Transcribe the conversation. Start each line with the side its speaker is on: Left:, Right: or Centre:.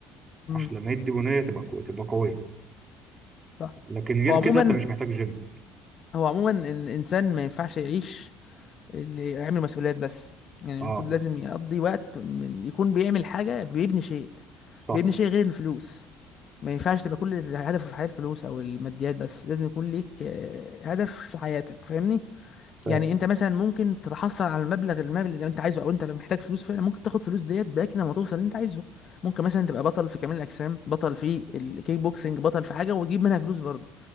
Left: امم
Right: عشان لما يدي بنيه تبقى كو... تبقى قويه
Left: صح
Right: لكن غير
Left: هو عموما
Right: كده انت مش محتاج جيم
Left: هو عموما إن- الانسان ما ينفعش يعيش اللي يعمل مسؤوليات بس يعني
Right: اه
Left: المفروض لازم يقضي وقت من يكون بيعمل حاجه بيبني شيء
Right: صح
Left: بيبني شيء غير الفلوس ما ينفعش تبقى كل هدفه في الحياة الفلوس او الماديات بس لازم يكون ليك آه، هدف في حياتك فاهمني
Right: فاهم،
Left: يعني انت مثلا ممكن تتحصل على المبلغ المال اللي انت عايزه او انت محتاج فلوس فعلا ممكن تاخد فلوس ديت باك لما توصل اللي انت عايزه ممكن مثلا تبقى بطل في كمال الاجسام بطل في الكيك بوكسنج بطل في حاجة وتجيب منها فلوس برضه